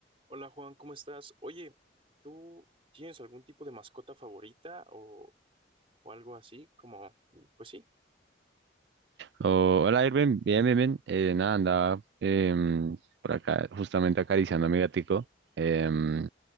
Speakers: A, on the right; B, on the right.
A: Hola Juan, ¿cómo estás? Oye, ¿tú tienes algún tipo de mascota favorita o, o algo así? Como, pues sí.
B: Oh, hola Irving, bien, bien, bien. Eh, nada, andaba em, por acá justamente acariciando a mi gatico. Em,